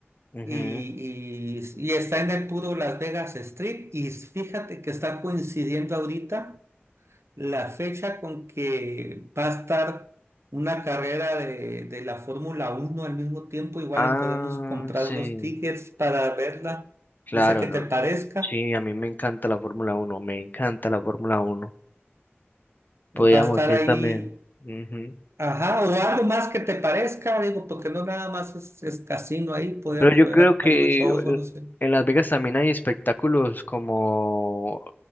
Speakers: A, on the left (about 45°); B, on the right (about 80°).
A: Ujú.
B: Y, y, y está en el puro Las Vegas Strip y fíjate que está coincidiendo ahorita la fecha con que va a estar una carrera de, de la Fórmula Uno al mismo tiempo, igual
A: Ah,
B: y podemos comprar
A: sí.
B: unos tickets para verla,
A: Claro,
B: no sé qué
A: no.
B: te parezca,
A: Sí, a mí me encanta la Fórmula uno Me encanta la Fórmula uno Podríamos
B: va a estar
A: ir
B: ahí,
A: también. Ujú.
B: ajá, o algo más que te parezca, digo, porque no nada más es, es casino ahí, podríamos
A: Pero yo
B: ver
A: creo que
B: algunos shows
A: el-
B: o algo así.
A: en Las Vegas también hay espectáculos como